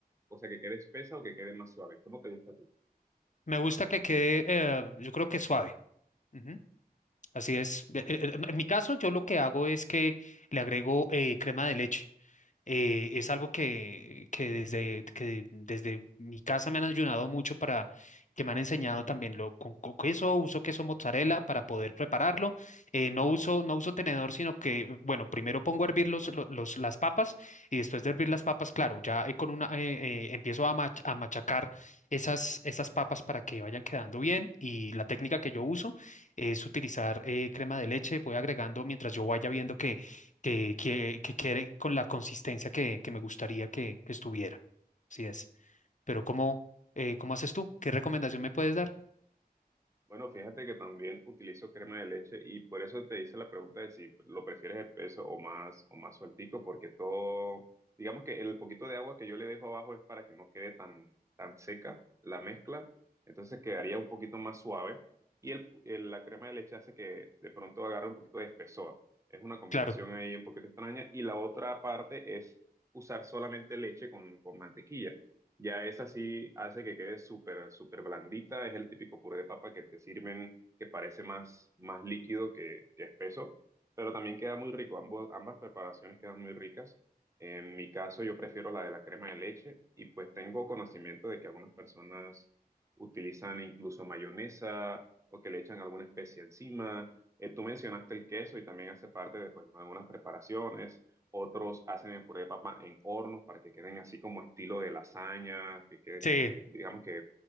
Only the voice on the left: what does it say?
Me gusta que quede, eh, yo creo que suave. Ujú, Así es. E- e- En en mi caso, yo lo que hago es que le agrego eh, crema de leche. eh, es algo que, que, desde, que desde mi casa me han ayudado mucho para que me han enseñado también lo con, con queso, uso queso mozzarella para poder prepararlo. Eh, no uso, no uso tenedor, sino que, bueno, primero pongo a hervir los, lo- los- las papas y después de hervir las papas, claro, ya eh, con una, eh, eh, empiezo a, mach- a machacar esas, esas papas para que vayan quedando bien y la técnica que yo uso es utilizar eh, crema de leche, voy agregando mientras yo vaya viendo que, que, que quede con la consistencia que, que me gustaría que, que estuviera. Así es. Pero ¿cómo, eh, cómo haces tú? ¿Qué recomendación me puedes dar?
Claro.
Sí,